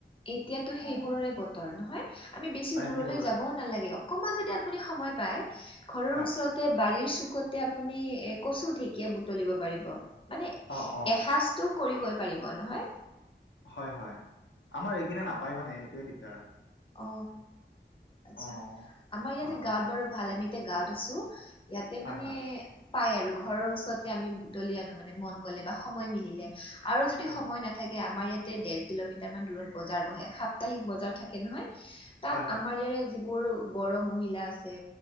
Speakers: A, on the left; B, on the left.
A: এতিয়াটো সেইবোৰৰে
B: অ
A: বতৰ নহয়, আমি বেছি
B: এ
A: দূৰলৈ
B: সেইবোৰে
A: যাব নালাগে। অকমান যদি আপুনি সময় পায় ঘৰৰ
B: হয়
A: ওচৰত তে বাৰিৰ চুকতে আপুনি এ কচু ঢেঁকীয়া বুটলিব পাৰিব। মানে
B: অ অ
A: এসাজ টো কৰিবই পাৰিব নহয়।
B: হয় হয়। আমাৰ এইপিনে নাপায় মানে এইটোয়ে দিগদাৰ।
A: অ আচ্ছা।
B: অ
A: আমাৰ ইয়াতে
B: অ
A: গাঁৱত
B: অ
A: বাৰু ভাল আমি এতিয়া গাঁৱত আছোঁ। ইয়াতে
B: হয়
A: মানে
B: হয়
A: পাই আৰু ঘৰৰ ওচৰতে আমি বুটলি আনো মানে মন গ'লে বা সময় মিলিলে আৰু যদি
B: অ
A: সময় নাথা নাথাকে আমাৰ ইয়াতে দেৰ কিলোমিটাৰ মান দূৰত বজাৰ বহে। সাপ্তাহিক বজাৰ থাকে নহয়। তাত
B: হয় হয়
A: আমাৰ ইয়াৰে যিবোৰ বড়ো মহিলা আছে